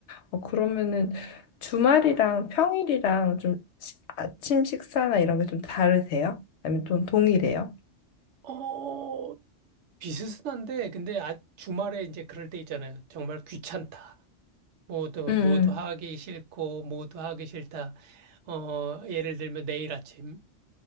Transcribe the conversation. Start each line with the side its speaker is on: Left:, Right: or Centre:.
Left: 어, 그러면은 주말이랑 평일이랑 좀 시- 아침 식사나 이런 게 좀 다르세요? 아니면 좀 동일해요?
Right: 어, 비슷한데, 근데 아, 주말에 이제 그럴 때 있잖아요. 정말 귀찮다. 모두,
Left: 음, 음.
Right: 모두 하기 싫고, 모두 하기 싫다. 어, 예를 들면 내일 아침.